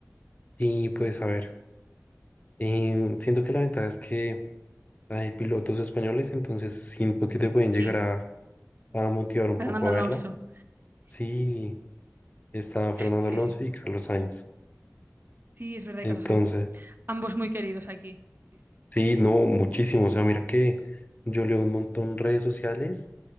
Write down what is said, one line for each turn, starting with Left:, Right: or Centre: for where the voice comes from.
Left: Y pues a ver, em, siento que la ventaja es que hay pilotos españoles, entonces siento que te pueden
Right: Sí,
Left: llegar a, a motivar un
Right: Fernando
Left: poco a
Right: Alonso.
Left: verla. Sí, está Fernando
Right: Sí,
Left: Alonso
Right: sí, sí.
Left: y Carlos Sainz,
Right: Sí, es verdad,
Left: entonces
Right: y Carlos Sainz. Ambos muy queridos aquí. Sí, sí, sí, sí.
Left: sí, no, muchísimo, o sea, mira que yo leo un montón redes sociales